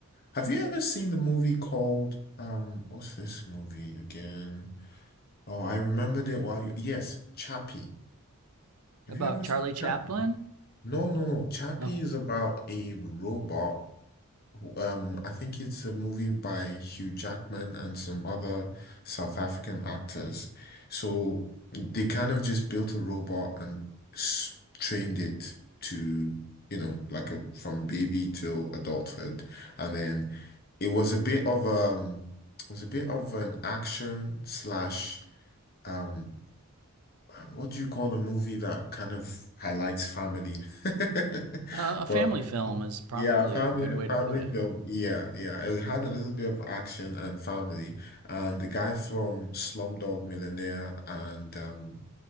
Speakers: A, on the left (about 45°); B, on the right (about 80°).
A: Have you ever seen the movie called um what's this movie again? Oh, I remembered it while you yes, Chappie.
B: About
A: Have you ever
B: Charlie
A: seen
B: Chaplin?
A: Chappie? No, no, no. Chappie
B: No,
A: is about a robot um, I think it's a movie by Hugh Jackman and some other South African actors. So they kind of just built a robot and s trained it to, you know, like a, from baby till adulthood. And then it was a bit of um, it was a bit of an action slash um. What do you call a movie that kind of highlights family? <laughs>
B: uh, a family
A: But
B: film is probably
A: yeah, a family,
B: a good
A: a
B: way
A: family
B: to put it.
A: film. Yeah, yeah. It had a little bit of action and family. And the guy from Slumdog Millionaire and um,